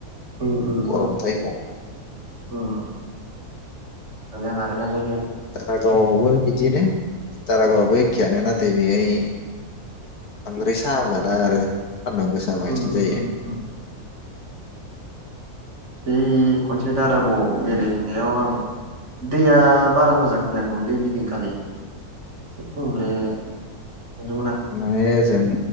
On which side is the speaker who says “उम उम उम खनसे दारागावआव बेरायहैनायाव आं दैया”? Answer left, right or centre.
Right